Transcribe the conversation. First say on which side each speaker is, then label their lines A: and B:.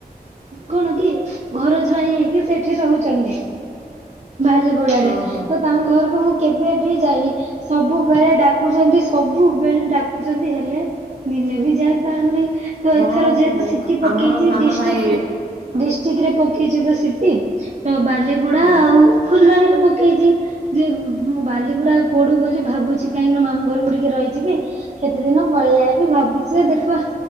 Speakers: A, on the right; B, on the right.
A: କଣ କି ଘରଜ୍ୱାଇଁ ହେଇକି ସେଠି ରହୁଛନ୍ତି ବାଲି ଗୁଡ଼ାରେ
B: ଓହୋ
A: ତ ତାଙ୍କ ଘରକୁ ମୁଁ କେବେ ବି ଯାଇନି ସବୁବେଳେ ଡାକୁଛନ୍ତି ସବୁବେଳେ ଡାକୁଛନ୍ତି ହେଲେ ଦିନେ ବି ଯାଇପାରୁନି ତ
B: ହଁ
A: ଏଥର ଯେହେତୁ
B: ହଉ
A: ସି ଟି ପକେଇଛି
B: ଆମର ସାନ
A: ଡିଷ୍ଟ୍ରିକୁ
B: ଭାଇ
A: ଡିଷ୍ଟ୍ରିକ୍ଟ ରେ ପକେଇଛି ତ ସିଟି ତ ବାଲିଗୁଡା
B: ହୁଁ
A: ଆଉ ଫୁଲବାଣୀରେ ପକେଇଛି। ଯେ ମୁଁ ବାଲିଗୁଡା ପଡୁ ବୋଲି ଭାବୁଛି କାହିଁକି ନା ମାମୁ ଘରକୁ ଟିକେ ରହିଯିବି। କେତେ ଦିନ ପଳେଇ ଯାଇବି ଭାବୁଛି ଯେ ଦେଖିବା।